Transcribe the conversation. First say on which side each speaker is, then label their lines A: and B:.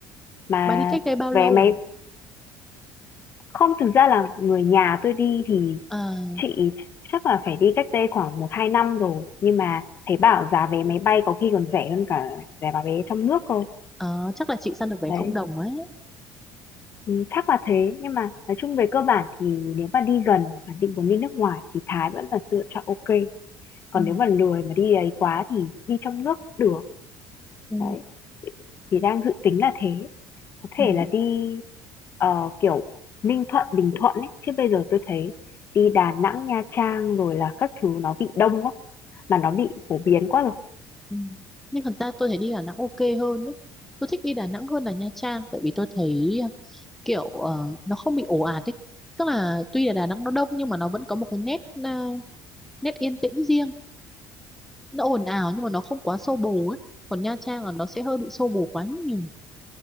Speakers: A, on the left; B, in the centre.
A: Mà
B: bạn đi cách đây bao
A: vé
B: lâu
A: máy
B: rồi
A: không thực ra là người nhà tôi đi thì
B: à,
A: chị chắc là phải đi cách đây khoảng một hai năm rồi nhưng mà thấy bảo giá vé máy bay có khi còn rẻ hơn cả giá vé trong nước cơ.
B: à, chắc là chị săn được vé
A: Đấy.
B: không đồng ấy
A: Ừm, chắc là thế, nhưng mà nói chung về cơ bản thì nếu mà đi gần và định muốn đi nước ngoài thì Thái vẫn là sự lựa chọn ok còn
B: ừ.
A: nếu mà lười mà đi ấy quá thì đi trong nước cũng được.
B: Ừ.
A: Đấy, thì đang dự tính là thế, có
B: Ừ.
A: thể là đi, ờ, kiểu, Ninh Thuận, Bình Thuận ấy, chứ bây giờ tôi thấy đi Đà Nẵng, Nha Trang rồi là các thứ nó bị đông quá, mà nó bị phổ biến quá rồi.
B: Ừ. nhưng thật ra tôi thấy đi Đà Nẵng ok hơn ấy. tôi thích đi Đà Nẵng hơn là Nha Trang tại vì tôi thấy à, kiểu ờ, nó không bị ồ ạt ấy tức là tuy là Đà Nẵng nó đông nhưng mà nó vẫn có một cái nét à, nét yên tĩnh riêng nó ồn ào nhưng mà nó không quá xô bồ ấy còn Nha Trang là nó sẽ hơi bị xô bồ quá nhiều